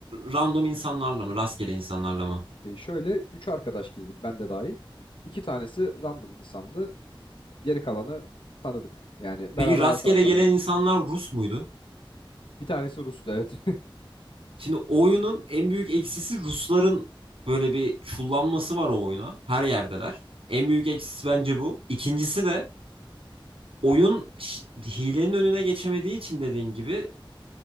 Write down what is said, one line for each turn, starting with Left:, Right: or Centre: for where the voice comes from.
Right: random insanlarla mı? Rastgele insanlarla mı?
Left: E şöyle 3 arkadaş girdik ben de dahil. 2 tanesi random insandı. Geri kalanı tanıdık. Yani
Right: Peki
Left: beraber
Right: rastgele
Left: arkadaşlarla
Right: gelen
Left: girdik.
Right: insanlar Rus muydu?
Left: Bir tanesi Rus'tu evet.
Right: Şimdi oyunun en büyük eksisi Rusların böyle bir çullanması var o oyuna. Her yerdeler. En büyük eksisi bence bu. İkincisi de oyun ş- hilenin önüne geçemediği için dediğin gibi